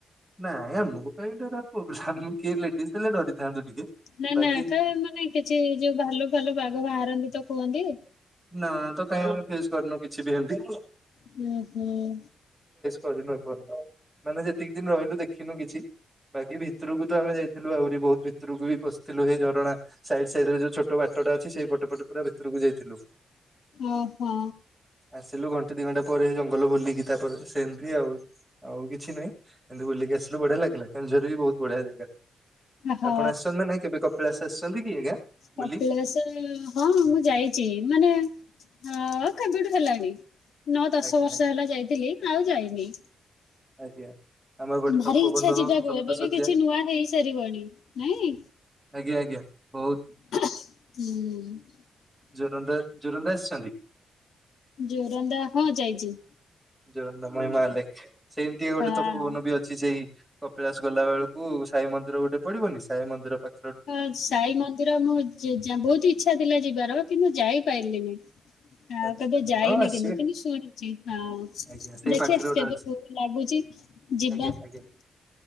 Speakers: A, in the centre; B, on the left.
A: ନାଇଁ ଆମକୁ କାଇଁ ଡର ପୁଅପିଲା ଆମୁକୁ କିଏ ଲେଡିସ ଥିଲେ ଡରିଥାନ୍ତୁ। ଟିକେ।
B: ନା
A: ବାକି
B: ନା କାଇଁ ଏମାନେ କିଛି ଯୋଉ ଭାଲୁ ଫାଲୁ ବାଘ ବାହାରନ୍ତି ତ କୁହନ୍ତି।
A: ନା ତ କାଇଁ ଆମେ ଫେସ୍ କରିନୁ କିଛି ବି ହେମତି।
B: ହୁଁ ହୁଁ।
A: କରିନୁ ମାନେ ଯେତିକି ଦିନ ରହିଲୁ ଦେଖିନୁ କିଛି। ବାକି ଭିତରକୁ ତ ଆମେ ଯାଇଥିଲୁ ଆହୁରି ବହୁତ ଭିତରକୁ ବି ପଶିଥିଲୁ ସେଇ ଝରଣା ସାଇଡ୍ ସାଇଡ୍ ରେ ଯୋଉ ଛୋଟ ବାଟ ଟା ଅଛି ସେଇ ପଟେ ପଟେ ପୁରା ଭିତରକୁ ଯାଇଥିଲୁ।
B: ଓହୋ।
A: ଆସିଲୁ <unintelligible> ପରେ ଜଙ୍ଗଲ ବୁଲିକି ତାପରେ ସେମିତି ଆଉ ଆଉ କିଛି ନାହିଁ ସେମିତି ବୁଲିକି ଆସିଲୁ ବଢିଆ ଲାଗିଲା। କେନ୍ଦୁଝର ବି ବହୁତ ବଢିଆ ଜାଗା।
B: ହଁ
A: ଆପଣ ଆସିଛନ୍ତି ନା ନାଇଁ କେବେ କପିଳାସ ଆସିଛନ୍ତି କି ଆଜ୍ଞା ବୁଲି
B: କପିଳାସ ହଁ ମୁଁ ଯାଇଚି। ମାନେ ଅ କେବେଠୁ ହେଲାଣି। ନଅ ଦଶ
A: ଆଜ୍ଞା
B: ବର୍ଷ
A: ଆଜ୍ଞା।
B: ହେଲା ଯାଇଥିଲି ଆଉ ଯାଇନି।
A: ଆଜ୍ଞା ଆମର ଗୋଟେ
B: ଭାରି
A: ତପବନ
B: ଇଚ୍ଛା ଯିବାକୁ
A: ସପ୍ତ
B: ଏବେ
A: ଶଯ୍ୟା
B: ବି କିଛି ନୂଆ ହେଇସାରିବଣି ନାଇଁ।
A: ଆଜ୍ଞା ଆଜ୍ଞା ବହୁତ
B: ହୁଁ।
A: ଜୋରନ୍ଦା ଜୋରନ୍ଦା ଆସି
B: ଜୋରନ୍ଦା ହଁ ଯାଇଚି।
A: ଜୋରନ୍ଦା ମହିମା ଅଲେଖ ସେମିତିଆ ଗୋଟେ
B: ହଁ।
A: ତୋପବନ ବି ଅଛି ସେଇ କପିଳାସ ଗଲା ବେଳକୁ ସାଇ ମନ୍ଦିର ଗୋଟେ ପଡିବନି ସାଇ ମନ୍ଦିର ପାଖ
B: ହଁ ସାଇ ମନ୍ଦିର ମୁଁ ବହୁତ ଇଚ୍ଛା ଥିଲା ଯିବାର କିନ୍ତୁ ଯାଇ ପାରିଲିନି । ଆ
A: ଆଚ୍ଛା
B: କେବେ ଯାଇନି
A: ହଁ ଆସିବେ
B: କିନ୍ତୁ କିନ୍ତୁ ଶୁଣିଛି ହଁ
A: ଆଜ୍ଞା ସେଇ
B: ଦେଖି
A: ପାଖରେ
B: ଆ
A: ଗୋଟେ
B: କେବେ
A: ଅଛି।
B: ଲାଗୁଛି । ଯିବା
A: ଆଜ୍ଞା
B: ।
A: ଆଜ୍ଞା